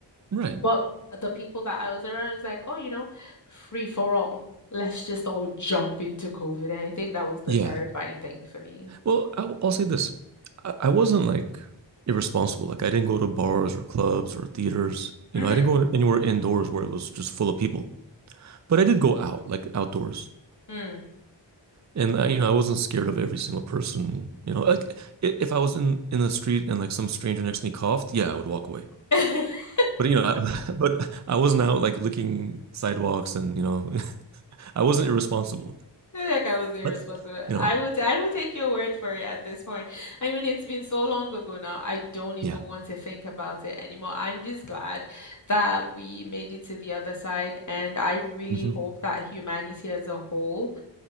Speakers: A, on the right (about 40°); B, on the left (about 40°).
A: Right.
B: But the people that I was around was like, oh, you know, free for all. Let's just all jump into COVID. And I think that was the
A: Yeah.
B: terrifying thing for me.
A: Well, I, will say this. I, I wasn't like irresponsible. Like I didn't go to bars or clubs or theaters. You
B: Mm-hmm.
A: know, I didn't go anywhere indoors where it was just full of people. But I did go out, like outdoors.
B: Mm.
A: And I, you know, I wasn't scared of every single person. You know, like i- if I was in in the street and like some stranger next to me coughed, yeah, I would walk away.
B: <laughs>
A: But you know, I, <laughs> but I wasn't out like licking sidewalks and you know, <laughs> I wasn't irresponsible.
B: I feel Like I was irresponsible.
A: But you
B: I
A: know,
B: would I would take your word for it at this point. I mean, it's been so long ago now. I don't even
A: yeah.
B: want to think about it anymore. I'm just glad that we made it to the other side, and I really
A: hmm
B: hope that humanity as a whole